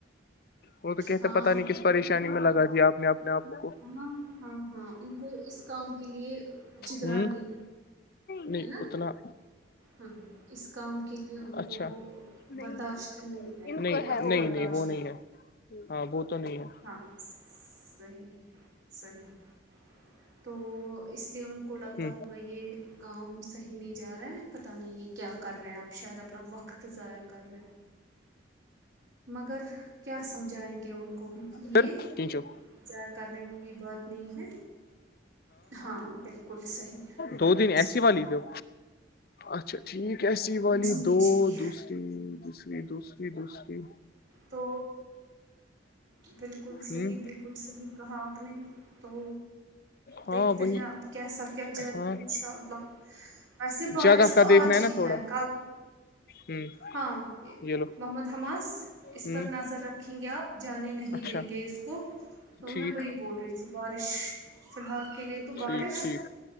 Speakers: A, on the left; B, on the right.
A: وہ تو کہتے
B: ہاں
A: پتا نہیں کس
B: بالکل
A: پریشانی میں لگ دیا آپ نے آپ
B: ہاں ہاں ہاں ان کو اس کام کے لیے جگرا
A: ہوں
B: نہیں
A: نہیں
B: ہے نا
A: اتنا
B: ہاں اس کام کے لیے ان
A: اچھا
B: کو وہ
A: نہیں
B: برداشت نہیں ہے
A: نہیں
B: قوت
A: نہیں
B: برداشت
A: نہیں وہ نہیں ہے ہاں وہ تو نہیں ہے
B: ہاں صحیح صحیح تو اس لیے ان کو لگتا
A: ہ
B: ہوگا یہ کام صحیح نہیں جا رہا ہے پتہ نہیں ہے کیا کر رہے آپ شاید اپنا وقت ضائع کر رہے ہیں مگر کیا سمجھائیں گے ان کو بھی کہ
A: پھر
B: یہ
A: تینچو
B: جا کرنے والی بات نہیں ہے ہاں بالکل صحیح
A: دو دن
B: صحیح
A: ایسی والی دو اچھا ٹھیک ایسی والی
B: جی
A: دو
B: جی
A: دوسری دوسری دوسری جی بست کی
B: تو بالکل صحیح
A: ہ
B: بالکل صحیح کہا آپ نے تو
A: ہاں
B: دیکھتے
A: وہی
B: ہیں اب کیسا کیا جائے گا
A: ہاں
B: انشاء اللہ ویسے بارش
A: جگہ
B: تو
A: کا دیکھنا
B: آج
A: نا
B: ہی
A: تھوڑا
B: ہے کل
A: ہ
B: ہاں
A: یہ لو
B: محمد حماس اس
A: ہ
B: پر نظر رکھیں گے آپ جانے نہیں
A: اچھا
B: دیں گے اس کو تو میں
A: ٹھیک
B: وہی بول رہی تھی بارش فلحال کے لیے تو بارش
A: ٹھیک ٹھیک